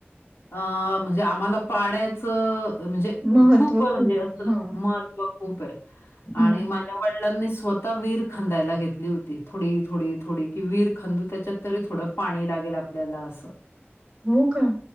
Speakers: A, on the left; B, on the right.
A: अ म्हणजे आम्हाला पाड्यात च अ म्हणजे
B: महत्त्व
A: खूप म्हणजे अस
B: हा
A: महत्व खूप आहे
B: हम्म
A: आणि मा ज्या वडिलांनी स्वतः विहीर खंदायला घेतली होती, थोडी थोडी थोडी. कि विहिर खांंदू त्याच्यात तरी थोडं पाणी लागेल आपल्याला अस
B: हो का?